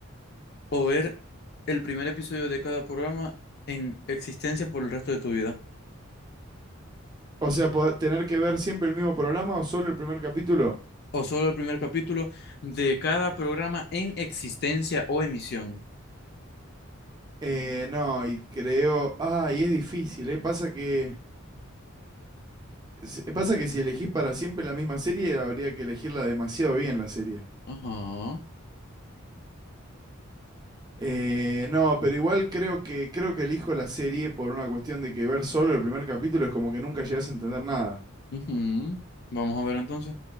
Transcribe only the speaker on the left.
o ver el primer episodio de cada programa en existencia por el resto de tu vida?
¿O solo el primer capítulo de cada programa en existencia o emisión?
Ajá.
ujú. Vamos a ver entonces.